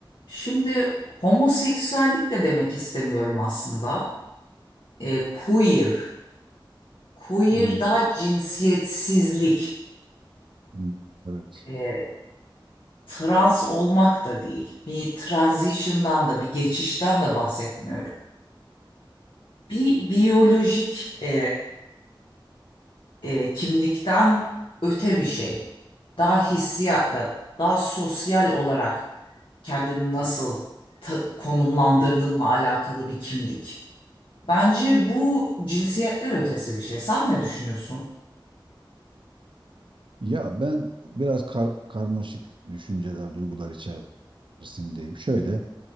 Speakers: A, on the left; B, on the right.
A: Şimdi homoseksüellik de demek istemiyorum aslında. E, queer. Queer
B: Hmm,
A: daha cinsiyetsizlik.
B: hmm, Evet.
A: E, trans olmak da değil. Bir transition'dan da bir geçişten de bahsetmiyorum. Bir biyolojik e, e, kimlikten öte bir şey. Daha hissiyatla, daha sosyal olarak kendini nasıl ta- konumlandırdığınla alakalı bir kimlik. Bence bu cinsiyetler ötesi bir şey. Sen ne düşünüyorsun?
B: Ya ben biraz kar- karmaşık düşünceler, duygular içerisindeyim. Şöyle,